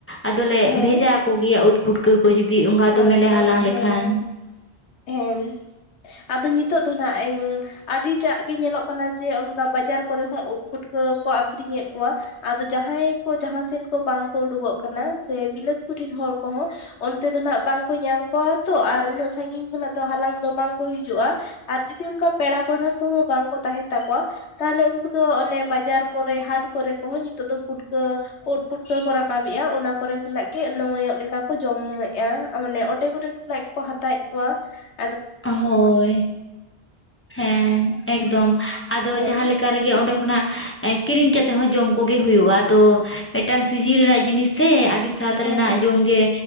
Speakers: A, on the left (about 15°); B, on the left (about 80°).
A: ᱟᱫᱚᱞᱮ
B: ᱦᱮᱸ
A: ᱵᱷᱮᱡᱟ ᱟᱠᱚ ᱜᱮᱭᱟ ᱩᱫ ᱯᱩᱴᱼᱼ ᱠᱟᱹ ᱠᱚ ᱡᱩᱫᱤ ᱚᱱᱠᱟ ᱫᱚᱢᱮᱞᱮ
B: ᱟᱪᱪᱷᱟ
A: ᱞᱮ ᱦᱟᱞᱟᱝ ᱞᱮᱠᱷᱟᱱ
B: ᱦᱮᱸ
A: ᱾
B: ᱦᱮᱸ ᱟᱫᱚ ᱱᱤᱛᱳᱜ ᱫᱚ ᱱᱟᱦᱟᱜ ᱤᱧ ᱟᱹᱰᱤᱴᱟᱜ ᱜᱮ ᱧᱮᱞᱚᱜ ᱠᱟᱱᱟ ᱡᱮ ᱚᱱᱠᱟ ᱵᱟᱡᱟᱨ ᱠᱚᱨᱮ ᱦᱚᱸ ᱩᱫ ᱯᱩᱴᱠᱟᱹ ᱠᱚ ᱟᱠᱷᱨᱤᱧᱮᱫ ᱠᱚᱣᱟ ᱾ ᱟᱫᱚ ᱡᱟᱦᱟᱸᱭ ᱠᱚ ᱡᱟᱦᱟᱸᱥᱮᱱ ᱠᱚ ᱵᱟᱝᱠᱚ ᱩᱰᱩᱠᱚᱜ ᱠᱟᱱᱟ ᱥᱮ ᱵᱤᱞᱟᱹᱛ ᱠᱚᱨᱮᱱ ᱦᱚᱲ ᱠᱚᱦᱚᱸ ᱚᱱᱼᱼ ᱚᱱᱛᱮ ᱫᱚ ᱱᱟᱜ ᱵᱟᱝᱠᱚ ᱧᱟᱢ ᱠᱚᱣᱟ ᱛᱚ ᱟᱨ ᱩᱱᱟᱹᱜ ᱥᱟᱺᱜᱤᱧ ᱠᱷᱚᱱᱟᱜ ᱫᱚ ᱦᱟᱞᱟᱝ ᱫᱚ ᱵᱟᱝ ᱠᱚ ᱦᱤᱡᱩᱜ-ᱟ ᱾ ᱟᱨ ᱡᱩᱫᱤ ᱚᱱᱠᱟ ᱯᱮᱲᱟ ᱯᱟᱹᱲᱦᱟᱹ ᱠᱚᱦᱚᱸ ᱵᱟᱝ ᱠᱚ ᱛᱟᱦᱮᱱ ᱛᱟᱠᱚᱣᱟ ᱾ ᱛᱟᱦᱚᱞᱮ ᱩᱱᱠᱩ ᱫᱚ ᱚᱱᱮ ᱵᱟᱡᱟᱨ ᱠᱚᱨᱮ ᱦᱟᱴ ᱠᱚᱨᱮ ᱠᱚᱦᱚᱸ ᱱᱤᱛᱚᱜ ᱫᱚ ᱯᱩᱴᱠᱟᱹ ᱩᱫ ᱯᱩᱴᱠᱟᱹ ᱠᱚ ᱨᱟᱠᱟᱵ ᱮᱜ-ᱟ ᱚᱱᱟ ᱠᱚᱨᱮ ᱠᱷᱚᱱᱟᱜ ᱜᱮ ᱱᱟᱹᱢᱟᱹᱭᱚᱜ ᱞᱮᱠᱟ ᱠᱚ ᱡᱚᱢᱮᱫ ᱢᱟᱱᱮ ᱚᱸᱰᱮ ᱠᱚᱨᱮ ᱠᱷᱚᱱᱟᱜ ᱜᱮᱠᱚ ᱦᱟᱛᱟᱣᱮᱫ ᱠᱚᱣᱟ ᱾
A: ᱦᱳᱭ ᱦᱮᱸ ᱮᱠᱫᱚᱢ ᱟᱫᱚ
B: ᱦᱮᱸ
A: ᱡᱟᱦᱟᱸ ᱞᱮᱠᱟ ᱚᱱᱠᱟ ᱨᱮᱜᱮ ᱚᱸᱰᱮ ᱠᱷᱚᱱᱟᱜ ᱠᱤᱨᱤᱧ ᱠᱟᱛᱮᱜ ᱦᱚᱸ ᱡᱚᱢ ᱠᱚᱜᱮ ᱦᱩᱭᱩᱜ-ᱟ ᱛᱚᱼᱼ ᱢᱤᱫᱴᱟᱝ ᱥᱤᱡᱤᱱ ᱨᱮᱱᱟᱜ ᱡᱤᱱᱤᱥ ᱥᱮ ᱟᱹᱰᱤ ᱥᱟᱛ
B: ᱦᱮᱸ
A: ᱨᱮᱱᱟᱜ ᱡᱚᱢ ᱜᱮ